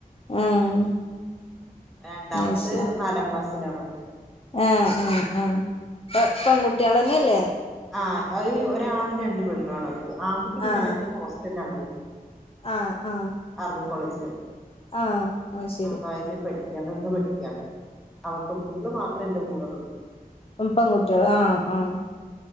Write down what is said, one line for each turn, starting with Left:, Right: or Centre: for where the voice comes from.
Left: ആഹ്
Centre: രണ്ടാമത്തെ
Left: അത് ശരി
Centre: നാലാം ക്ലാസ്സിലാണ് പഠിക്ക്യണത്
Left: ആഹ് ആഹ് ആഹ് പെ പെൺകുട്ടികള് തന്നെ അല്ലേ
Centre: ആ അത് ഒരാണും രണ്ട് പെണ്ണുവാണ് ഓൽക്ക്, ആൺകുട്ടി പിന്നെ
Left: ആഹ്
Centre: മറ്റേ ഹോസ്റ്റലിലാണ് പഠിക്കണത്.
Left: ആഹ് ആഹ്
Centre: അർബി കോളേജില്
Left: ആഹ് അത് ശരി
Centre: <unintelligible> പഠിക്കാണോ അവ പെൺകൂട്ടികള് മാത്രം എന്റെ കൂടേ
Left: തും പെൺകുട്ടികള് ആഹ് ആഹ്